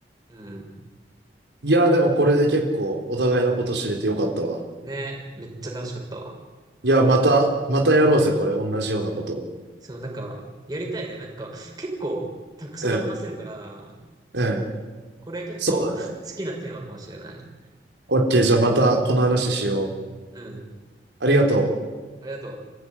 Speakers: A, on the right (about 25°); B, on the right (about 80°).
A: うん。
B: いや、でもこれで結構お互いのこと知れてよかったわ。
A: ね、めっちゃ楽しかったわ。
B: いや、また、またやろうぜ、これ。同じようなこと。
A: そう、なんか、やりたいね。なんか、結構、たくさん話せるから、
B: うん。うん。
A: これ結構好きなテーマかもしれない。
B: そうだね。オッケー、じゃあまたこの話しよ
A: うん。
B: う。ありがとう。
A: ありがとう。